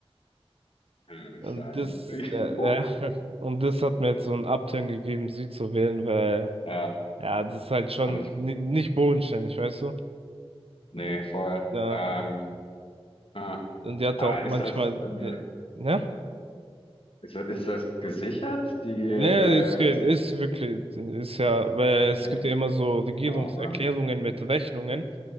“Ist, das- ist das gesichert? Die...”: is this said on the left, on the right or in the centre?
Left